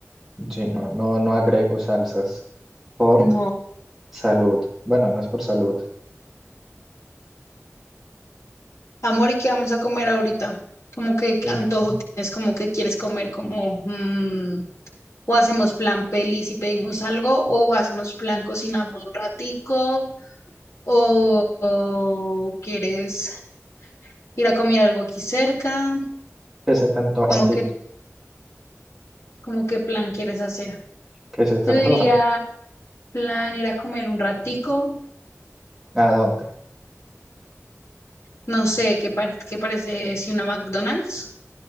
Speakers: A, in the centre; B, on the left.
A: Sí, no, no, no agrego salsas por
B: No.
A: salud. Bueno, no es por salud.
B: Amor, ¿y qué vamos a comer ahorita? Como que
A: Eh,
B: antojo tienes, como que quieres comer, como mm, o hacemos plan pelis y pedimos algo, o hacemos plan cocinamos un ratico, o, o quieres ir a comer algo aquí cerca,
A: ¿Qué se te antoja
B: como
A: a ti?
B: que, como qué plan quieres hacer.
A: ¿Qué se te
B: Yo
A: antoja?
B: diría plan ir a comer un ratico,
A: ¿A dónde?
B: no sé, ¿qué, par- qué parece si una McDonald's?